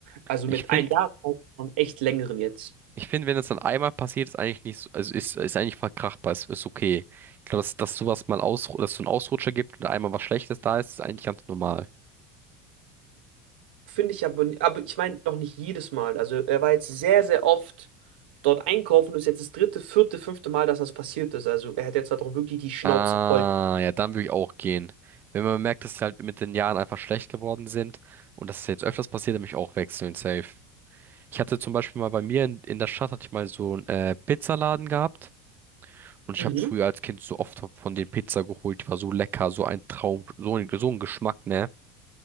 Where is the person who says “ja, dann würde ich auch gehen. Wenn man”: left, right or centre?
Right